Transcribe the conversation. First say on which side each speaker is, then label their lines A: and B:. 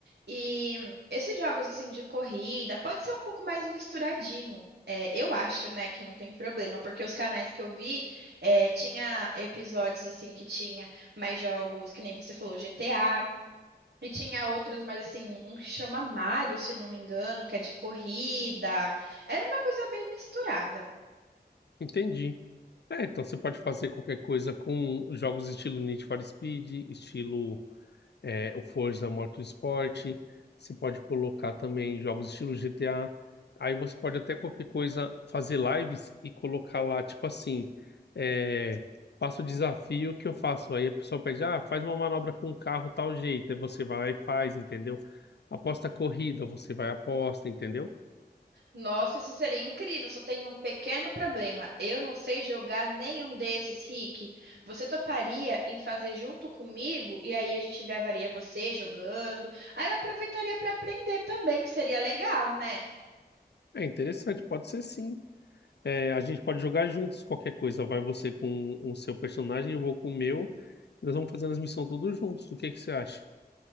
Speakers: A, on the right; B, on the left.
A: e esses jogos assim de corrida pode ser um pouco mais misturadinho. É, eu acho, né, que não tem problema, porque os canais que eu vi é, tinha episódios assim que tinha mais jogos, que nem você falou, GTA, E tinha outros, mas assim, um que chama Mario, se não me engano, que é de corrida. Era uma coisa bem misturada.
B: Entendi. É, então você pode fazer qualquer coisa com jogos estilo Need for Speed, estilo é, o Forza Motorsport, você pode colocar também jogos estilo GTA. Aí você pode até qualquer coisa fazer lives e colocar lá, tipo assim, é, faça o desafio que eu faço. Aí a pessoa pede, ah, faz uma manobra com o carro tal jeito. Aí você vai lá e faz, entendeu? Aposta a corrida, você vai e aposta, entendeu?
A: Nossa, isso seria incrível, só tem um pequeno problema. Eu não sei jogar nenhum desses, Rick. Você toparia em fazer junto comigo? E aí a gente gravaria você jogando. Aí eu aproveitaria para aprender também, que seria legal, né?
B: É interessante, pode ser sim. É, a gente pode jogar juntos qualquer coisa. Vai você com o seu personagem, eu vou com o meu. Nós vamos fazendo as missões todos juntos. O que que você acha?